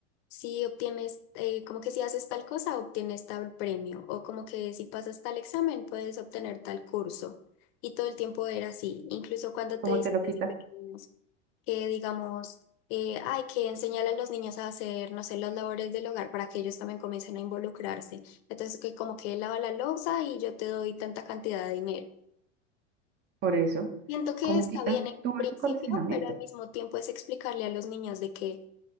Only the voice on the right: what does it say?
¿Cómo
te lo
quitas?
Por eso,
¿cómo
quitas
tú
ese condicionamiento?